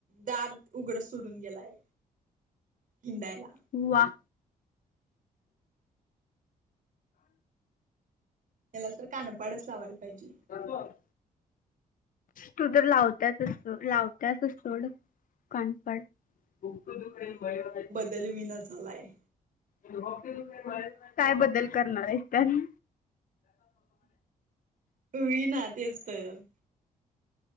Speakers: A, on the right (about 60°); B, on the left (about 60°).
A: दारं उघडं सोडूंन गेलांय हिंडांयला
B: हो वां
A: त्यांला तरं कानपांडचं लावांयला पाहिजे
B: कांत बरं तूं तरं लावतांच असतो लावतांच असं सोड कानपांड डोके दुखे बयां बाई
A: बलवीन झालां आहे
B: कायं बदलं करणारं आहेतं त्यांनी
A: होई नां तेचं तरं